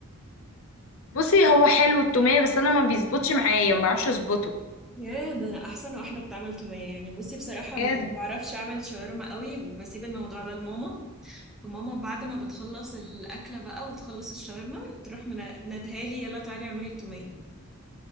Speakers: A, on the left; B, in the centre.
A: بصي هو حلو التومية بس انا ما بيظبطش معايا ما بعرفش اظبطه
B: يا ده أنا أحسن واحدة بتعمل تومية يعني بصي بصراحة
A: بجد
B: ما بعرفش أعمل شاورما قوي بسيب الموضوع ده لماما وماما بعد ما بتخلص الأكلة بقى وتخلص الشاورما تروح منادها لي يلا تعالي اعملي التومية